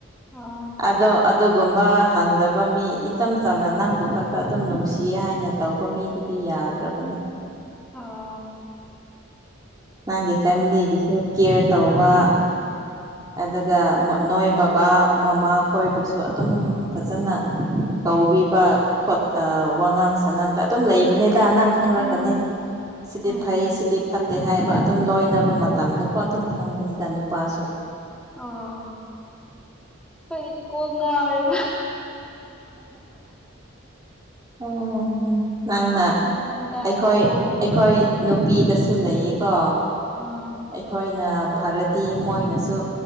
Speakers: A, in the centre; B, on the right (about 20°).
A: ꯑꯣ
B: ꯑꯗꯣ ꯑꯗꯨꯒꯨꯝꯕ ꯍꯪꯗꯕ ꯃꯤ ꯏꯆꯝ ꯆꯝꯅ ꯅꯪꯕꯨ ꯈꯛꯇ ꯑꯗꯨꯝ ꯅꯨꯡꯁꯤꯌꯦ ꯍꯥꯏꯅ ꯇꯧꯕ ꯃꯤꯗꯨꯗꯤ ꯌꯥꯗ꯭ꯔꯕꯅꯦ
A: ꯑꯣ
B: ꯅꯪꯒꯤ ꯐꯦꯃꯤꯂꯤꯒꯤꯁꯨ ꯀꯦꯌꯔ ꯇꯧꯕ ꯑꯗꯨꯒ ꯅꯣꯏ ꯕꯕꯥ ꯃꯃꯥ ꯈꯣꯏꯕꯨꯁꯨ ꯑꯗꯨꯝ ꯐꯖꯅ ꯇꯧꯕꯤꯕꯥ ꯈꯣꯠꯄꯥ ꯋꯥꯉꯥꯡ ꯁꯉꯥꯡꯗ ꯑꯗꯨꯝ ꯂꯩ ꯎꯅꯦꯗꯥ ꯅꯪ ꯈꯪꯔꯛꯀꯅꯤ
A: ꯎꯝ
B: ꯁꯤꯗꯤ
A: ꯎꯝ
B: ꯐꯩꯌꯦ ꯁꯤꯗꯤ ꯐꯠꯇꯦ ꯍꯥꯏ ꯅꯨꯄꯥ ꯑꯗꯨꯝ ꯂꯣꯏꯅꯕ ꯃꯇꯝꯗꯀꯣ ꯑꯗꯨꯝ ꯈꯪꯕꯅꯤꯗ ꯅꯨꯄꯥꯁꯨ
A: ꯑꯣ ꯈꯣꯏꯗꯤ ꯀꯣꯛ ꯉꯥꯎꯔꯦꯕꯥ
B: ꯎꯝ ꯅꯪꯅ
A: ꯒ꯭ꯌꯥꯟ ꯇꯥ
B: ꯑꯩꯈꯣꯏ
A: ꯑꯥ
B: ꯑꯩꯈꯣꯏ ꯅꯨꯄꯤꯗꯁꯨ ꯂꯩꯌꯦꯀꯣ
A: ꯑꯥ
B: ꯑꯩꯈꯣꯏꯅ ꯐꯔꯗꯤ ꯃꯣꯏꯅꯁꯨ